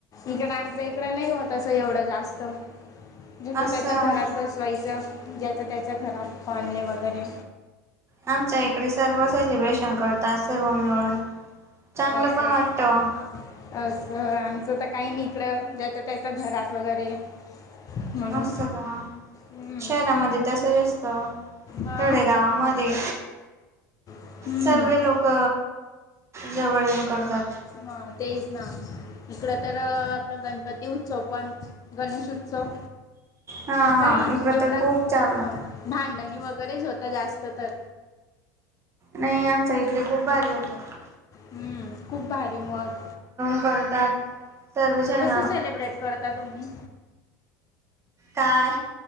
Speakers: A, on the left; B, on the right.
A: इकडं आमच्या इकडे नाही होत असं एवढं... जास्त जिथ
B: असं
A: त्याच्या घरात बसवायचं. ज्याचं त्याच्या घरात पाळणे वगैरे...
B: आमच्या इकडे सर्व सेलिब्रेशन करतात सर्व मिळून... चांगलं
A: असं
B: पण वाटतं
A: असं आमचं तर काही नाही... इकड ज्याचं त्याच्या घरात वगैरे.. म्हणून
B: असं का
A: हम्म
B: शहरामध्ये तसंच असत.....
A: हा
B: खेडेगावामध्ये
A: हम्म
B: सर्व लोक जवळ येऊन करतात.
A: मग तेच ना इकडं तर आपला गणपती उत्सव पण गणेश उत्सव..
B: हा
A: काही
B: हा इकडं
A: एवढा
B: तर खूप चाललं..
A: हं भांडणी वगैरेच होता जास्त तर...
B: नाही आमचा इकडे... इकडे खूप भारी होतात...
A: हम्म... खूप भारी मग
B: करतात सर्वजण
A: कस सेलिब्रेट करता तुम्ही...
B: काय